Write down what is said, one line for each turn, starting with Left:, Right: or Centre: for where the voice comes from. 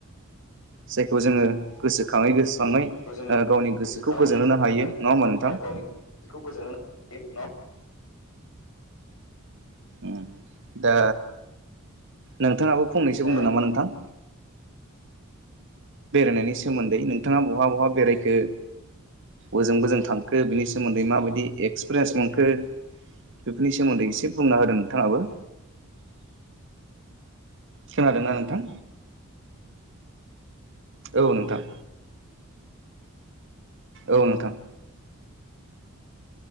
Right: जायखौ जोङो गोसो खाङै गोसो खाङै
Left: खौ जोङो
Right: ओ गावनि
Left: गोसोखाङै
Right: गोसोखौ गोजोन
Left: मोजाङै
Right: होनो हायो नङा होनबा नोंथां?
Left: गावनि गोसोखौ गोजोनहोनो हायो नङा होमबा?
Right: ओम दा नोंथाङाबो फंनैसो
Left: दा
Right: बुंदों नामा नोंथां। बेराय नायनि सोमोन्दै नोंथाङा बहा बहा बेरायखो? बोजों बोजों थांखो बिनि सोमोन्दै माबायदि एक्सपिरियेन्स मोनखो बेफोरनि सोमोन्दै एसे बुंना होदों नोंथाङाबो खोनादोंना नोंथां औ नोंथां औ नोंथां